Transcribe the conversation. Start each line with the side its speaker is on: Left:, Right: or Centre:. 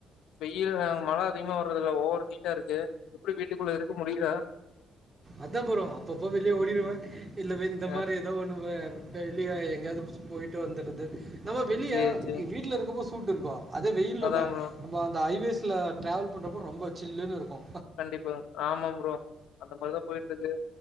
Left: வெயில் அங் மழ அதிகமா வர்றதில்ல ஓவர் ஹீட்டா இருக்கு எப்டி வீட்டுக்குள்ள இருக்க முடியுதா
Right: அதா ப்ரோ அப்பப்ப வெளியே ஓடிருவே இல்ல வி இந்த
Left: ஆ
Right: மாரி எதோ ஒன்னு வெ வெளிய எங்கயாவது போயிட்டு வந்தர்றது நம்ம வெளியா
Left: சேரி சேரி
Right: வீட்ல இருக்கம் போ <unintelligible> கோ அது வெயில்ல
Left: அதா
Right: வே
Left: ப்ரோ
Right: அந்த ஹைவேஸ்ல டிராவல் பண்றப்ப ரொம்ப சில்லுன் இருக்கு
Left: கண்டிப்பா ஆமாம் ப்ரோ அந்த மாரிதா போயிட்ருக்கு